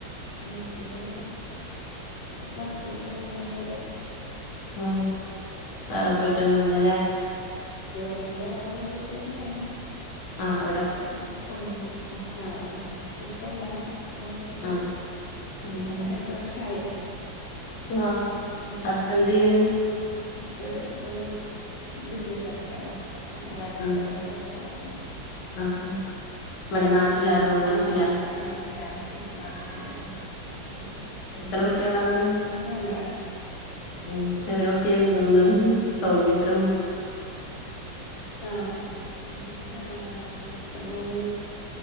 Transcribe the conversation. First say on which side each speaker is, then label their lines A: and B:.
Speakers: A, on the left; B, on the left.
A: വീട്ടില് മക്കള്ണ്ട്, ഇമ്മണ്ട്
B: ഉം വേറെ പോയിട്ടൊന്നുല്ലല്ലേ
A: ഇപ്പ ഞങ്ങള് വേറെ വീട് വെച്ച് തന്നേണ്
B: ആഹ് അവടെ
A: ഉം ഉമ്മാ ഒണ്ട് ആഹ് ആഹ് ആഹ് ഉപ്പല്ല പപ്പ മരിച്ചിട്ട്
B: ആഹ്
A: ഏഹ്
B: ആഹ്
A: എട്ടു വർഷായി
B: ആഹ്
A: ഉം
B: ഹസെന്തെയ്യ്ണ്
A: ഉം ഹസ് ഈഹ് ബിസിനസ്‌ നടത്താണ് വണ്ടിടെക്കെ
B: ആഹ്
A: കച്ചോടം
B: ആഹ് ഉം ഇവടെ നാട്ടിലോ അതോ ഗൾഫിലാ
A: ആഹ് നാ നാട്ടിലാണ് ഇപ്പാ നാട്ടിലുണ്ട് ഉം
B: എത്ര കുട്ടികളാ അനക്ക്
A: എനിക്ക് നാലാള്
B: ഉം ചെറിയ
A: ഉം
B: കുട്ടിയാന്ന് തോന്നാണ് സൗണ്ട് കേക്കാണ്
A: ആഹ് എനിക്ക് നാലാളാണ് മൂത്ത മോള്